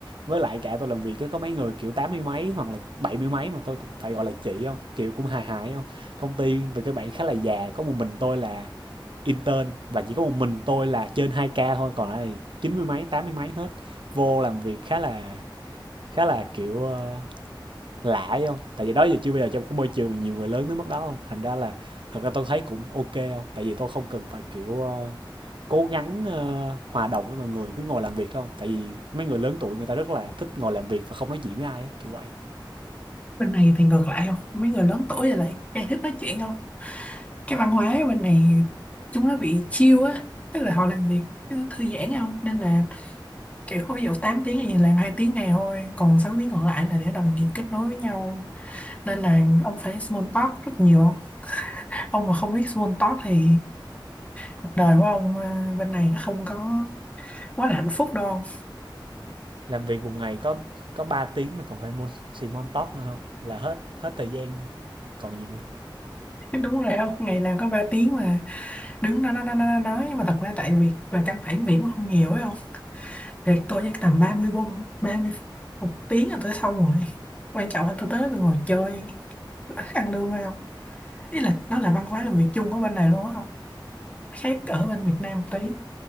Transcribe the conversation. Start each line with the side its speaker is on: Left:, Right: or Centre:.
Right: với lại cả tôi làm việc á, có mấy người kiểu tám mươi mấy hoặc là bảy mươi mấy mà tôi phải gọi là chị không kiểu cũng hài hài không công ty về các bạn khá là già có một mình tôi là intern và chỉ có một mình tôi là trên hai k thôi còn lại chín mươi mấy tám mươi mấy hết vô làm việc khá là khá là kiểu ờ, lạ ấy không tại vì đó giờ chưa bây giờ trong cái môi trường mà nhiều người lớn tới mức đó không thành ra là thật ra tôi thấy cũng ok không tại vì tôi không cần phải kiểu ờ, cố gắng ờ, hòa đồng với mọi người cứ ngồi làm việc thôi không tại vì mấy người lớn tuổi người ta rất là thích ngồi làm việc và không nói chuyện với ai á kiểu vậy
Left: bên này thì ngược lại không mấy người lớn tuổi rồi lại càng thích nói chuyện không cái văn hóa ở bên này chúng nó bị chill á tức là họ làm việc cứ thư giãn không nên là kiểu ví dụ 8 tiếng thì làm hai tiếng này thôi còn 6 tiếng còn lại là để đồng nghiệp kết nối với nhau nên là ông phải small talk rất nhiều ông mà không biết small talk thì cuộc đời của ông à, bên này nó không có quá là hạnh phúc đâu
Right: làm việc một ngày có có 3 tiếng mà còn phải môn xì mon tóc nữa không là hết hết thời gian còn gì nữa
Left: <laughs> đúng rồi không ngày làm có 3 tiếng mà đứng đó nói, nói, nói, nói mà thật ra tại việc và căn bản việc cũng không nhiều ấy không việc tôi chắc tầm 30 bông 30 phút một tiếng là tôi xong rồi quan trọng là tôi tới đó tôi ngồi chơi ăn lương hay không ý là nó là văn hóa làm việc chung ở bên này luôn á không khác ở bên Việt Nam một tí